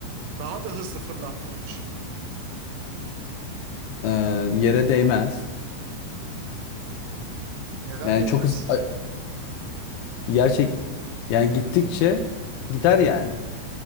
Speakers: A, on the right; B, on the left.
A: Daha da hızlı fırlattığını düşün.
B: Ee, yere değmez.
A: Neden
B: Yani
A: değmez?
B: çok hızlı gerçek yani gittikçe gider yani.